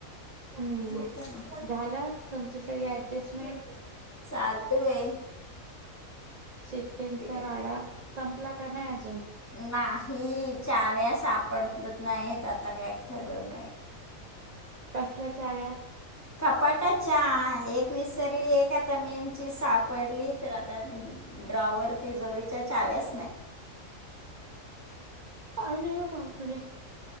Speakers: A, on the right; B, on the left.
A: ह
B: बघतो ना.
A: झालं तुमचे सगळे टेसमेंट <unintelligible>
B: चालु होय.
A: शिफ्टिंगचा
B: काय
A: राडा संपला का? नाही अजून.
B: नाही! चाव्या सापडत नाहीत? आता काय खरं नाही.
A: कसल्या चाव्या?
B: कपाटाच्या एक विसरली? एक आता मेनची सापडली तर आता. ड्रॉवर तिजोरीच्या चाव्याच नाही. <inaudible>
A: अरे बापरे!